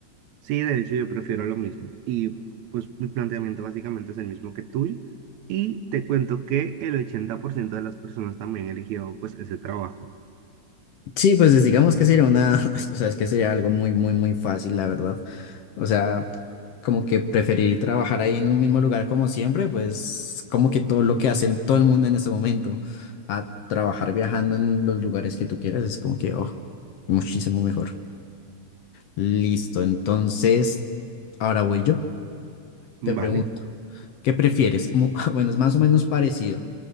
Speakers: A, on the right (about 75°); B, on the left (about 65°).
A: Sí, de hecho yo prefiero lo mismo. Y pues mi planteamiento básicamente es el mismo que tuyo. Y te cuento que el 80% de las personas también eligió pues ese trabajo,
B: Sí, pues es- digamos que sería una, <laughs> o sea, es que sería algo muy, muy, muy fácil, la verdad. O sea, como que preferir trabajar ahí en un mismo lugar como siempre, pues como que todo lo que hace el- todo el mundo en este momento, a trabajar viajando en los lugares que tú quieras, es como que, oh, muchísimo mejor. Listo, entonces, ahora voy yo.
A: ¿vale?
B: Te pregunto, ¿qué prefieres? Mu- <laughs> Bueno, es más o menos parecido.